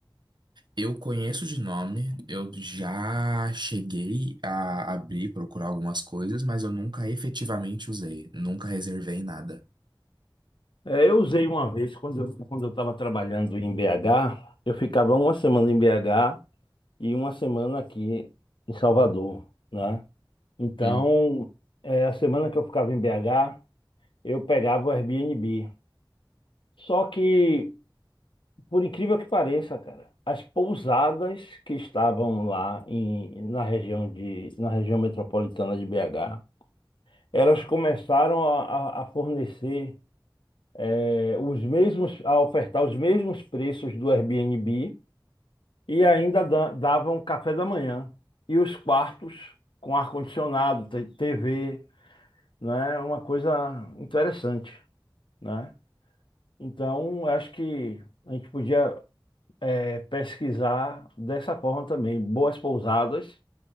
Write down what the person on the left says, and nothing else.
É, eu usei uma vez quando eu, quando eu estava trabalhando em BH, eu ficava uma semana em BH e uma semana aqui em Salvador, né? Então,
é, a semana que eu ficava em BH, eu pegava o Airbnb. Só que, por incrível que pareça, cara, as pousadas que estavam lá em- na região de, na região metropolitana de BH, elas começaram a, a- a fornecer é, os mesmos, a ofertar os mesmos preços do Airbnb e ainda da- davam café da manhã e os quartos com ar-condicionado, te- TV, né? Uma coisa interessante. né? Então, acho que a gente podia eh, pesquisar dessa forma também, boas pousadas